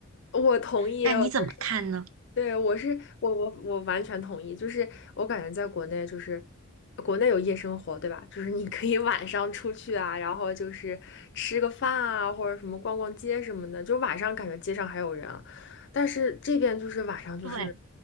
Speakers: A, on the left; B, on the right.
A: 我同意，
B: 那你怎么看呢？
A: 就是对，我是我我我完全同意，就是我感觉在国内就是国内有夜生活，对吧？就是你可以 <laughs> 晚上出去啊，然后就是吃个饭啊，或者什么逛逛街什么的，就晚上感觉街上还有人啊但是这边就是晚上就是
B: 对